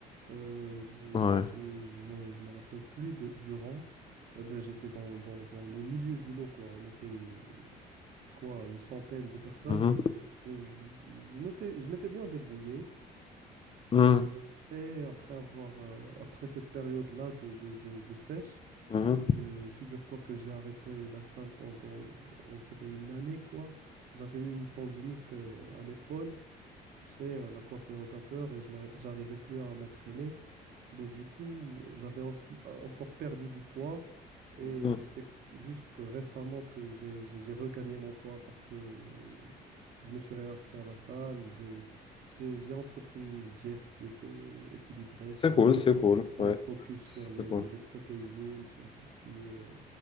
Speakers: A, on the right; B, on the left.
A: Euh, euh,
B: Ouais.
A: j'ai- je me, je me rappelle plus de- du rang. Euh, ben, j'étais dans, dans, dans le milieu du lot, quoi. On était euh, quoi, une centaine de personnes.
B: Mhm.
A: Euh, je je m'étais je m'étais bien débrouillé.
B: Mhm.
A: Euh, après, après avoir, euh, après cette période-là de, de, de, de sèche,
B: Mhm.
A: ben, figure-toi que j'ai arrêté la salle pendant, on dirait, une année, quoi. J'avais eu une tendinite euh, à l'épaule, tu sais, euh, la coiffe des rotateurs, et je m'arri- j'arrivais plus à m'entraîner. Ben, du coup, j'avais aussi euh, encore perdu du poids, et
B: Mhm.
A: c'est juste récemment que j'ai j'ai- j'ai regagné mon poids parce que euh, je me suis réinscrit à la salle, j'ai j'ai- j'ai entrepris une diète qui était équilibrée,
B: C'est
A: saine
B: cool, c'est cool. Ouais.
A: un focus sur les,
B: C'est cool.
A: les- les protéines, sur tout ce qui est euh,